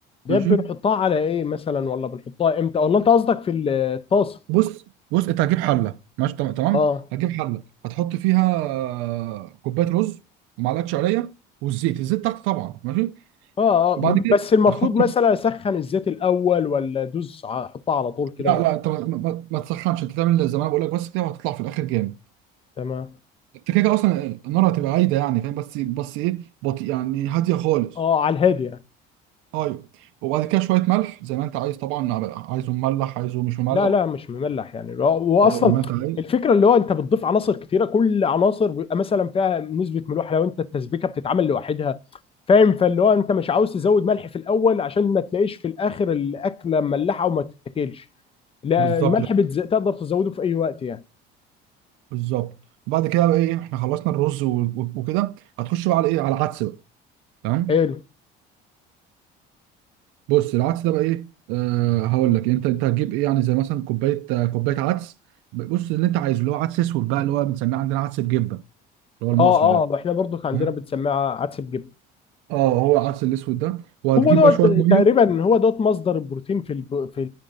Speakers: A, on the left; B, on the right.
A: ده
B: ماشي
A: بنحطها على ايه مثلا ولا بنحطها امتى ولا انت قصدك في الطاسه
B: بص بص انت هتجيب حله ماشي تم- تمام
A: اه
B: هتجيب حله هتحط فيها آه، كوبايه رز ومعلقه شعريه والزيت الزيت تحت طبعا ماشي
A: اه اه
B: وبعد
A: ب-
B: كده
A: بس المفروض
B: هتحط
A: مثلا اسخن الزيت الاول ولا ادوس ع- احطها على طول كده
B: لا
A: ولا
B: لا انت ما, ما, ما تسخنش انت تعمل زي ما انا بقول لك بس كده وهتطلع في الاخر جامد
A: تمام
B: انت كده كده اصلا النار هتبقى عايده يعني فاهم بس بس ايه بطيء يعني هاديه خالص
A: اه على الهادي يعني
B: ايوه وبعد كده شويه ملح زي ما انت عايز طبعا عايزه مملح عايزه مش مملح
A: لا لا مش مملح يعني واصلا
B: اه زي ما انت عايز
A: الفكره اللي هو انت بتضيف عناصر كتيره كل عناصر بيبقى مثلا فيها نسبه ملوحه لو انت التسبيكه بتتعمل لوحدها فاهم فاللي هو انت مش عاوز تزود ملح في الاول عشان ما تلاقيش في الاخر الاكله مملحه وما تتاكلش لا
B: بالظبط
A: الملح بتز... تقدر تزوده في اي وقت يعني
B: بالظبط وبعد كده بقى ايه احنا خلصنا الرز و- و- وكده هتخش بقى على ايه على العدس بقى تمام
A: حلو
B: بص العدس ده بقى ايه آه هقول لك انت انت هتجيب ايه يعني زي مثلا كوبايه آه، كوبايه عدس بص اللي انت عايزه اللي هو عدس اسود بقى اللي هو بنسميه عندنا عدس بجبه اللي هو المصري
A: اه
B: ده
A: اه احنا برضو كان
B: تمام
A: عندنا بنسميها عدس بجبن
B: اه هو العدس الاسود ده وهتجيب
A: هو دوت
B: بقى شويه ميه
A: تقريبا هو دوت مصدر البروتين في الب... في